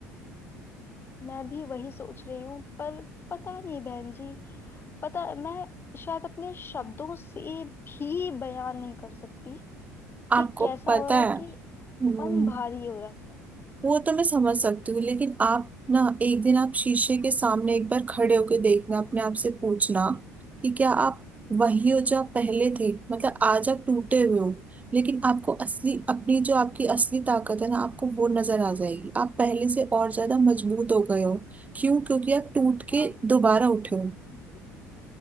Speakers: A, on the left; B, on the right.
A: मैं भी वही सोच रही हूँ पर पता नहीं बहन जी पता मैं शायद अपने शब्दों से भी बयान नहीं कर सकती
B: आपको
A: कि कैसा
B: पता
A: हो रहा
B: है
A: है कि
B: हम्म
A: मन भारी हो रहा है मेरा
B: वो तो मैं समझ सकती हूँ लेकिन आप ना एक दिन आप शीशे के सामने एक बार खड़े होके देखना अपने आप से पूछना
A: जी
B: कि क्या आप वही हो जो आप पहले थे मतलब आज आप टूटे हुए हो लेकिन आपको असली अपनी जो आपकी असली ताकत है ना आपको वो नजर आ जाएगी आप पहले से और ज्यादा मजबूत हो गए हो क्यों क्योंकि आप टूट के
A: हाँ
B: दोबारा उठे हो
A: जी